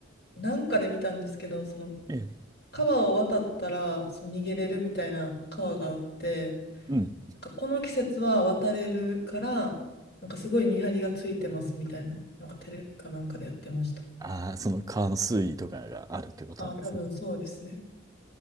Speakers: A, on the left; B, on the right.
A: なんかで見たんですけど、その
B: ええ
A: 川を渡ったらそう逃げれるみたいな川があって、
B: うん。
A: なんかこの季節は渡れるから、なんかすごい見張りがついてますみたいな、なんかテレビかなんかでやってました。
B: ああ、その川の水位とかがあるってことなんですね。
A: ああ、多分そうですね。